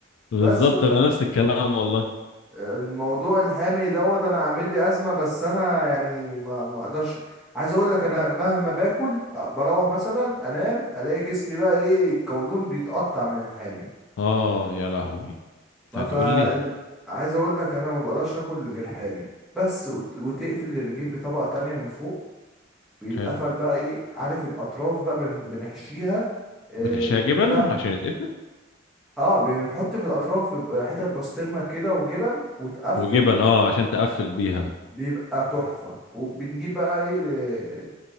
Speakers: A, on the left (about 70°); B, in the centre.
A: بالظبط
B: بس
A: انا نفس الكلام والله
B: الموضوع الحامي دوت انا عامل لي ازمه بس انا يعني ما ما اقدرش عايز اقول لك انا مهما باكل أ- بروح مثلا انام الاقي جسمي بقى ايه القولون بيتقطع من الحامي
A: اه يا لهوي انت
B: ما
A: هتقول
B: فا
A: لي
B: ال... عايز اقول لك انا ما بقدرش اكل غير حامي بس وت... وتقفل الرغيف بطبقه تانية من فوق بيتقفل
A: حلو
B: بقى ايه عارف الاطراف بقى بن... بنحشيها آه
A: بتحشيها
B: بنحط
A: جبن
B: لها
A: عشان يتقفل
B: اه بنحط في الاطراف بيبقى حتت بسطرمه كده وجبن وتقفل
A: وجبن اه عشان تقفل بيها
B: بيبقى تحفة وبنجيب بقى ايه آه،